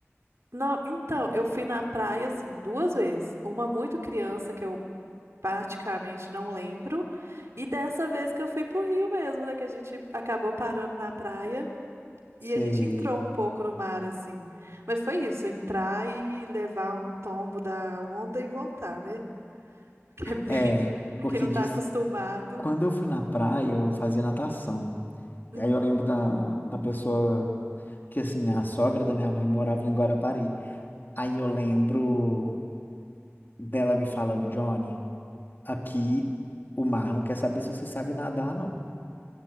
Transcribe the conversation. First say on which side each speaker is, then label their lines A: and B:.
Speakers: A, on the right; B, on the left.
A: não, então, eu fui na praia assim duas vezes. Uma muito criança que eu praticamente não lembro, e dessa vez que eu fui pro Rio mesmo, né, que a gente acabou parando na praia
B: Sei.
A: e a gente entrou um pouco no mar assim. Mas foi isso, entrar e levar um tombo da onda e voltar, né? <laughs> Que é bem
B: É,
A: <laughs> pra
B: porque
A: quem não
B: diz,
A: tá acostumado.
B: quando eu fui na praia, eu fazia natação.
A: Hum,
B: E aí eu lembro da, da pessoa que, assim, a sogra da minha mãe morava em Guarapari. Aí eu lembro dela me falando, Johnny, aqui o mar não quer saber se você sabe nadar, não.